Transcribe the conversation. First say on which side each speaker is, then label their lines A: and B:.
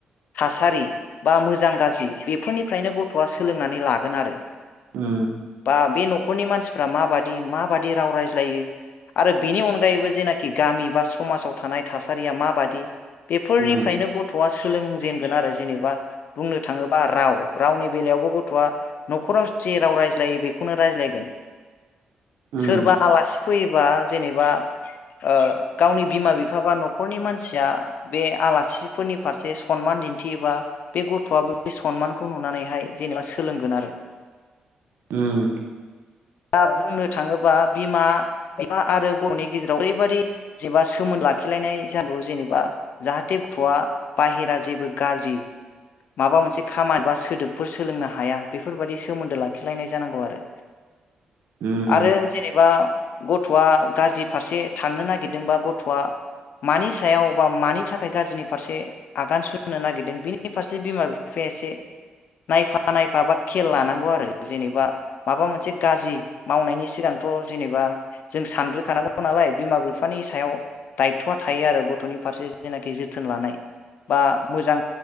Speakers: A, on the left; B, on the right.
A: थासारि बा मोजां गाज्रि बेफोरनिफ्रायनो गथ'आ सोलोंनानै लागोन आरो
B: उम
A: बा बे न'खरनि मानसिफ्रा माबादि माबादि राव रायज्लायो आरो बेनि अनगायैबो जेनाखि गामि बा समाजाव थानाय थासारिया माबादि बेफोरनिफ्रायनो
B: उम उम
A: गथ'आ सोलों जेनगोन आरो जेनेबा बुंनो थाङोबा राव रावनि बेलायावबो गथ'आ न'खराव जे राव रायज्लायो बेखौनो रायज्लायगोन
B: उम
A: सोरबा आलासि फैयोबा जेनेबा ओ गावनि बिमा बिफा बा नख न'खरनि मानसिया बे आलासिफोरनि फारसे सनमान दिन्थियोबा बे गथ'आबो बे सनमानखौ नुनानैहाय जेनेबा सोलोंगोन आरो।
B: ओम‌।
A: दा बुंनो थाङोबा बिमा <unintelligible> आरो ग'नि गेजेराव ओरैबादि जेबा सोमोनद लाखिलायनाय जानांगौ जेनेबा जाहाथे गथ'आ बाहेरा जेबो गाज्रि माबा मोनसे खामानि बा सोदोबफोर सोलोंनो हाया बेफोरबादि सोमोन्दो लाखिलायनाय जानांगौ आरो।
B: उम
A: आरो जेनेबा गथ'आ गाज्रि फारसे थांनो नागिरदोंबा गथ'आ मानि सायाव बा मानि थाखाय गाज्रिनि फारसे आगान सुरनो नागिरदों बिनि फारसे बिमा बिफाया एसे नायफा नायफा बा खेल लानांगौ आरो जेनेबा माबा मोनसे गाज्रि मावनायनि सिगां थ' जेनेबा जों सानग्रोखानांगौ नालाय बिमा बिफानि सायाव दायथ'आ थायो आरो गथ'नि फारसे जेनाखि जोथोन लानाय बा मोजां